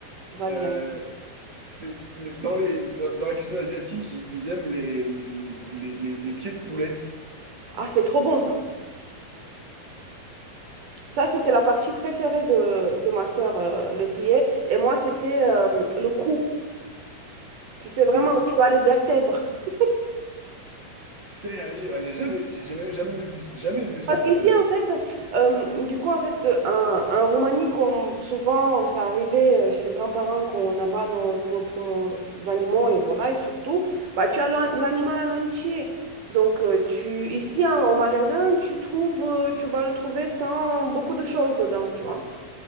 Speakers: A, on the right; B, on the right.
A: Vas-y.
B: Euh,
A: un goût.
B: c'est... Dans les... Dans la cuisine asiatique, ils, ils aiment les... hum, les... les- les pieds de poulet.
A: Ah, c'est trop bon ça. Ça, c'était la partie préférée de, de ma sœur, euh, les pieds. Et moi, c'était euh, le cou. Tu sais vraiment
B: Le coup,
A: où tu as les vertèbres. <laughs>
B: sérieux, ah, j'ai jamais... j'ai jamais... jamais vu... jamais vu ça
A: Parce
B: pour
A: qu'ici,
B: te dire.
A: en fait, euh, du coup, en fait, en, en Roumanie, comme souvent, ça arrivait euh, chez les grands-parents qu'on abat nos propres animaux et voilà, et surtout, bah, tu as l'an- l'animal en entier. Donc, euh, tu, ici, hein, au magasin, tu trouves, euh, tu vas le trouver sans beaucoup de choses dedans, tu vois.